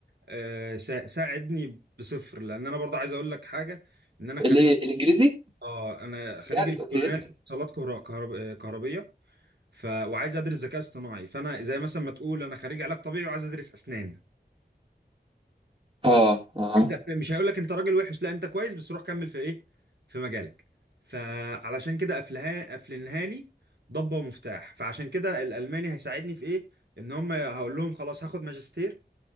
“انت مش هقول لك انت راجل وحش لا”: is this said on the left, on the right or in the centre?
Right